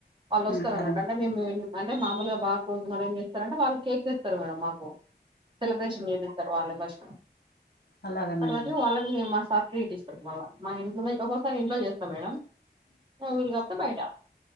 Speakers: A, on the right; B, on the left.
A: వాళ్ళు వస్తారు.
B: అలాగే
A: అన్నట్టు
B: మేడం,
A: అంటే మేము. అంటే మామూలుగా బాగా రోజున ఏం చేస్తార అంటే వాళ్ళు కేక్ తెస్తారు మేడమ్ మాకు సెలబ్రేషన్ చేయిపిస్తారు వాళ్ళ ఫస్ట్
B: అలాగా మేడం
A: తర్వాత వాళ్ళకి మా సార్ ట్రీట్ ఇస్తాడు మళ్ మా ఇంట్లో ఒకసారి ఇంట్లో చేస్తాం మేడం వీలు కాకపోతే బయట